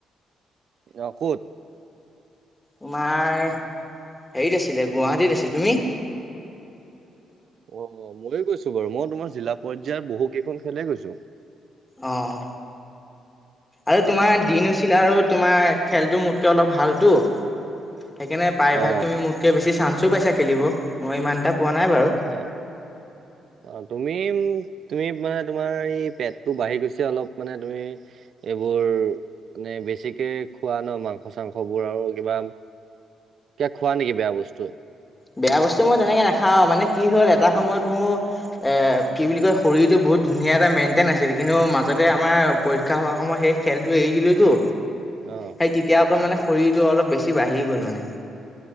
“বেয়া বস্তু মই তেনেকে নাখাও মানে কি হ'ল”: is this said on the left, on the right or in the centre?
Left